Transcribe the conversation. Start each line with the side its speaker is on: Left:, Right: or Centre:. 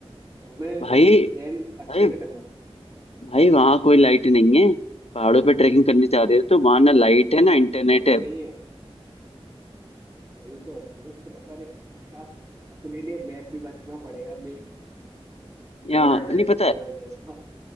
Right: तो हमें
Left: भाई
Right: प्लान अच्छे
Left: भाई
Right: से करना
Left: भाई वहाँ कोई लाइट नहीं है पहाड़ों पे ट्रैकिंग करने जा रहे हो तो वहाँ ना
Right: पड़ता
Left: लाइट
Right: है ये
Left: है ना इंटरनेट
Right: वो तो
Left: है
Right: नहीं है वही तो हमें प्रॉपर एक अच्छा अपने लिए मैप भी बनाना पड़ेगा maybe
Left: या
Right: Dora the
Left: नहीं
Right: explorer
Left: पता है
Right: जैसा